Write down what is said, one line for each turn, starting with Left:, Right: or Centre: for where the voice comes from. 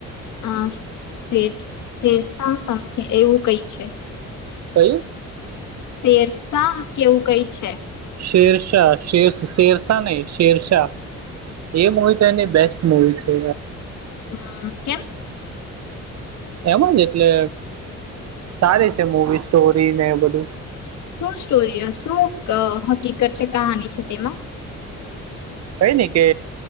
Left: અ તેરસ તેરસા સમથીગ એવું કઈ છે.
Right: કયું
Left: શેરસા કેવું કઈ છે
Right: શેરશા શેરશ શેરશા નહી શેરશાહ એ મવી તો એની બેસ્ટ મુવી છે
Left: હમ કેમ
Right: એમાં જ એટલે સારી છે મવી સ્ટોરી ને બધું
Left: શું સ્ટોરી હ શું હકીકત છે કહાનની છે તેમાં
Right: કઈ નને કે